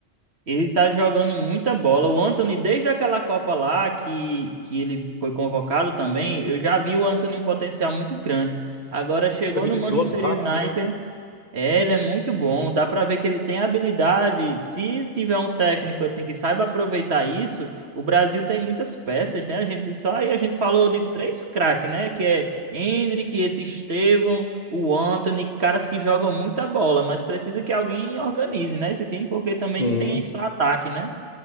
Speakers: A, on the right (about 65°); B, on the left (about 40°).
A: Ele tá jogando muita bola. O Anthony, desde aquela Copa lá que, que ele foi convocado também, eu já vi o Anthony um potencial muito grande. Agora chegou
B: Bicho é habilidoso,
A: no Manchester
B: rápido,
A: United
B: né?
A: é, ele é muito bom. Dá pra ver que ele tem habilidade. Se tiver um técnico assim que saiba aproveitar isso, o Brasil tem muitas peças, né? A gente só aí a gente falou de três craques, né? Que é Endrick, esse Estevão, o Antony, caras que jogam muita bola, mas precisa que alguém organize, né? Esse time porque também
B: Sim,
A: não tem só ataque, né?